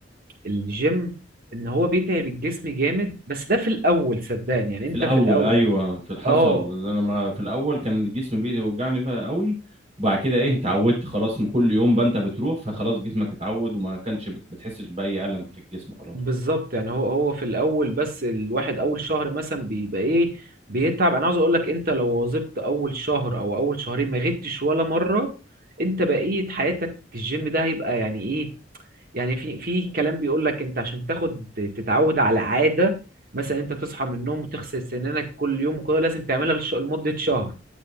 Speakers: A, on the right; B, on the right.
A: الجيم ان هو بيتعب الجسم جامد بس ده في الاول صدقني يعني انت
B: في الاول
A: في الاول
B: ايوه في حصل
A: اه
B: إن انا ما في الاول كان جسمي بيوجعني فيها قوي وبعد كده ايه اتعودت خلاص من كل يوم بنت بتروح فخلاص جسمك اتعود وما كانش بت- بتحسش باي الم في الجسم خلاص
A: بالظبط يعني هو هو في الاول بس الواحد اول شهر مثلا بيبقى ايه بيتعب انا عاوز اقول لك انت لو واظبت اول شهر او اول شهرين ما غبتش ولا مره انت بقيه حياتك الجيم ده هيبقى يعني ايه يعني في في كلام بيقول لك انت عشان تاخد تتعود على عاده مثلا انت تصحى من النوم وتغسل سنانك كل يوم وكده لازم تعملها لش- لمده شهر